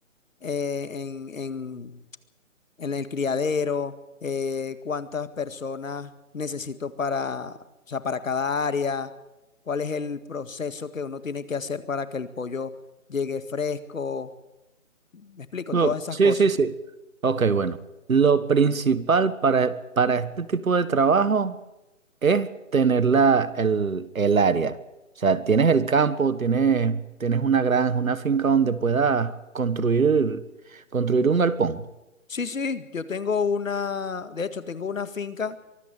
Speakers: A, on the left; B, on the right.
A: eh, en, en- en el criadero, eh, cuántas personas necesito para, o sea, para cada área, cuál es el proceso que uno tiene que hacer para que el pollo llegue fresco. Me explico,
B: No,
A: todas esas
B: sí,
A: cosas.
B: sí, sí. Ok, bueno. Lo principal para, para este tipo de trabajo es tener la, el, el área. O sea, tienes el campo, tienes, tienes una granja, una finca donde puedas construir, construir un galpón.
A: Sí, sí, yo tengo una, de hecho, tengo una finca